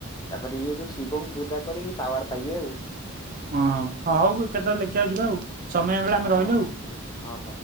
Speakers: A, on the left; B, on the right.
A: ତାପରେ ଇଏ ଯୋଉ ଶିବଙ୍କୁ ପୂଜା କରିକି ପାୱାର ପାଇବେ ଆଉ
B: ଓହୋ ହ ହଉ କେତେବେଳେ ଦେଖିବାକୁ ଯିବା ଆଉ। ସମୟ ମିଳିଲେ ଆମେ ରହିଲୁ
A: ହଁ
B: ଆଉ
A: ହଁ ହଁ